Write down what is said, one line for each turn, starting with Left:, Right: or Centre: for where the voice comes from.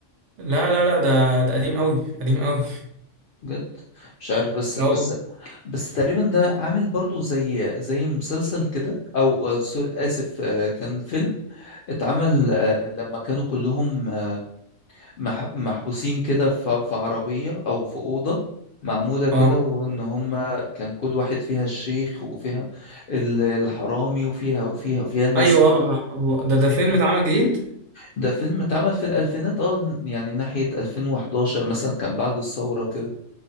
Right: لا لا لا ده ده قديم قوي قديم قوي
Left: بجد مش عارف بس
Right: لا
Left: بس
Right: والله
Left: بس تقريبا ده عامل برضو زي زي مسلسل كده او آه، سور اسف آه، كان فيلم اتعمل آه، لما كانوا كلهم آه، مح- محبوسين كده ف- في عربية او في أوضة معمولة كده
Right: اه
Left: وان هما كان كل واحد فيها الشيخ وفيها ال- الحرامي وفيها وفيها فيها الناس
Right: ايوه آه، آه، هو ده ده فيلم اتعمل جديد
Left: ده فيلم اتعمل في الألفينات اه يعني ناحية 2011 مثلا كان بعد الثورة كده